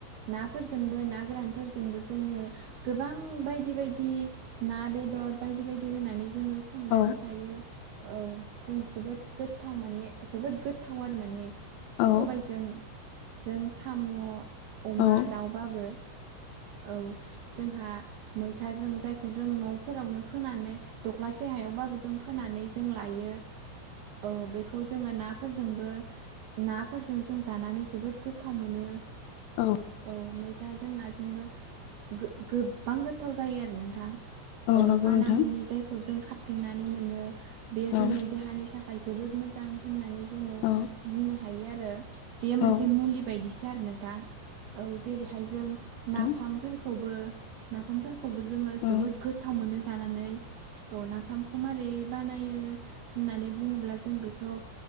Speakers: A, on the right (about 75°); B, on the left (about 85°).
A: नाफोरजोंबो ना गोरानफोरजोंबो जोङो गोबां बायदि बायदि ना बेद दर बायदि बायदि होननानै जोङो संनानै
B: औ
A: जायो औ जों जोबोद गोथाव माने जोबोद गोथाव आरो माने।
B: औ
A: सबायजों जों साम' अमा
B: औ
A: दाउबाबो औ जोंहा मैथाजों जायखौ जों न'फोरावनो फोनानै दख्लासे हायावबाबो जों फोनानै जों लायो। औ बेखौ जोङो ना फोरजोंबो नाफोरजों जों जानानै जोबोद गोथाव मोनो
B: औ।
A: औ मैथा जों नाजोंबो गो-गोबां गोथाव जायो आरो नोंथां। औ
B: नंगौ
A: माना
B: नोंथां
A: मुनि जायखौ जों खाबथेंनानै मोनो बेयो
B: औ
A: जोंनि देहानि थाखाय जोबोद मोजां होननानै जोङो
B: औ
A: बुंनो हायो आरो बेयो
B: औ
A: मोनसे मुलि बायदिस सो आरो नोंथां औ जेरैहाय जों
B: नोंथां
A: नाफामफोरखौबो नाफामफोर खौबो जोङो जोबोद
B: औ
A: गोथाव मोनो जानानै औ नाफामखौ मारै बानायो होननानै बुङोब्ला जों बेखौ